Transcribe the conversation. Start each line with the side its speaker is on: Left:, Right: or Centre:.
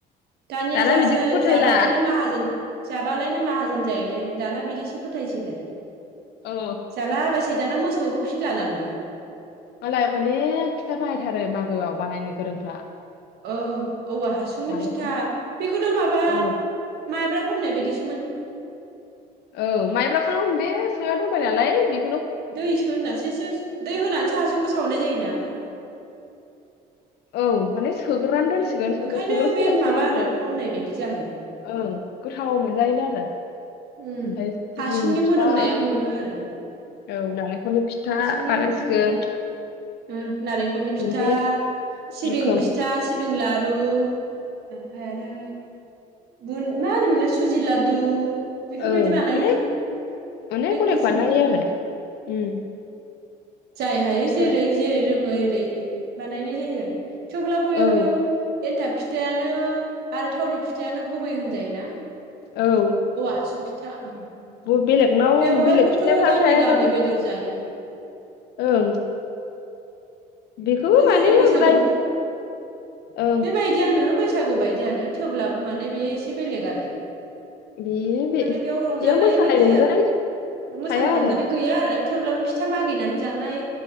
Right: दानिया
Left: दाना
Right: जासै
Left: बिदिखौ फोथायला
Right: जाबालायनो माहाजोन। जाबालायनो माहाजोन जायो। <unintelligible> दाना बिदिसो फोथायसैलाय।
Left: औ
Right: जालाबायसै दाना मोसौबो फि ला नालाय।
Left: मालाय अनेख फिथा बाहायथारो मागोआव बानायनो गोरोंफ्रा।
Right: औ। औवा हासुंनि
Left: नालेंखर
Right: फिथा बेखौथ' माबा
Left: औ
Right: मा था हमनाय बायदिस
Left: औ माइब्राखौल'। बे सोना दोनबाय नालाय बे
Right: दै <unintelligible> दै होना हासुंखौ सावनाय जायोना?
Left: औ माने सोग्रोनानै
Right: ओमफ्राय
Left: दोनसिगोन सोगो
Right: ओंखायनो
Left: सोग्रोसिगोन
Right: बे माबा
Left: सोग्रानै
Right: आरो हमनाय बायदि जाहैयो
Left: ओं। गोथाव मोनजायोनो आरो।
Right: उम
Left: ओमफाय सिबिंनि
Right: हासुंनि
Left: फिथा
Right: मोदोमनाया
Left: औ
Right: मोनो आरो
Left: नालेंखलनि फिथा
Right: हासुंनि
Left: बानायसिगोन।
Right: मोदोमनाय ओं। नारेंखलनि फिथा
Left: अनेक
Right: सिबिं
Left: रोखोम
Right: फिथा सिबिं लारु ओमफाय आरो मा होनोमोनलै सुजि लादु। बेफोरबायदि
Left: ओं
Right: बानायो
Left: अनेक
Right: आरो।
Left: अनेक अनेक
Right: किसिमनि
Left: बानायो आरो
Right: ओं
Left: उम।
Right: जाय हायो
Left: सोर
Right: जेरै जेरै रोङो एरै। बानायनाय जायो आरो। थेवब्लाबो एयाव
Left: औ
Right: एव एनथाब फिथायानो आरो थावनि फिथायानो गुबै होनजायोना।
Left: औ
Right: औवा हासुं फिथा ओं
Left: ब' बेलेगनाव बेलेग
Right: बेवहायबोथ'
Left: फिथाइफ्रा
Right: गामि
Left: थायाबाबो
Right: गामि बेदर जायो।
Left: ओं। बेखौबो
Right: ओमफ्राय
Left: माने
Right: जेरै बैसागु
Left: राय
Right: बेथोर
Left: ओं
Right: बेबायदियानो बै बैसागु बायदियानो थेवब्लाबो माने बे एसे बेलेग आरो।
Left: बेयो बे
Right: माने बेयाव रंजानाय
Left: मोसानाय
Right: माने
Left: रंजानाय
Right: मोसानाय
Left: थाया आरो
Right: रंजानाय गैया आरो थेवब्लाबो फि फिथा मागिनानै जानाय